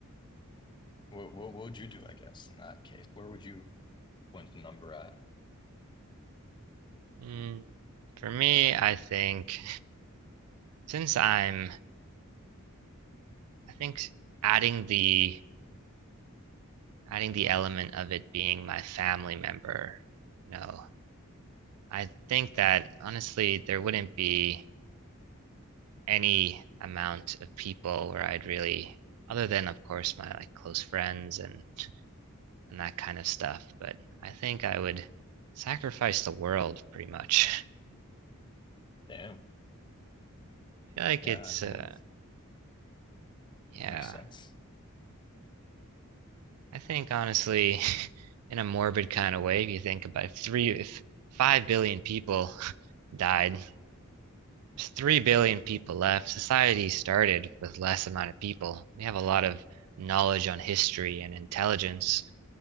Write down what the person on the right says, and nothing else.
Mm, for me, I think since I'm, I think adding the adding the element of it being my family member, no, I think that honestly there wouldn't be any amount of people where I'd really, other than of course my like close friends and and that kind of stuff. But I think I would sacrifice the world pretty much.
<laughs> I feel like
it's,
uh, yeah,
I think honestly, <laughs> in a morbid kind of way, if you think about it, if three, if five billion people <laughs> died, there's three billion people left. Society started with less amount of people. We have a lot of knowledge on history and intelligence.